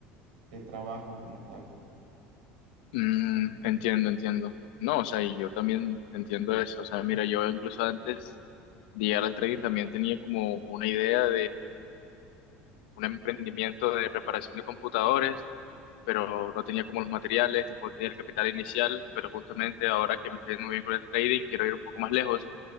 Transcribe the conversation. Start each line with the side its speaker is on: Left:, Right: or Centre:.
Right: de trabajo como tal.
Left: Mm, entiendo, entiendo. No, o sea, y yo también entiendo eso. O sea, mira, yo incluso antes de llegar al trading también tenía como una idea un emprendimiento de reparación de computadores, pero no tenía como los materiales, tampoco tenía el capital inicial, pero justamente ahora que me estoy yendo muy bien con el trading, quiero ir un poco más lejos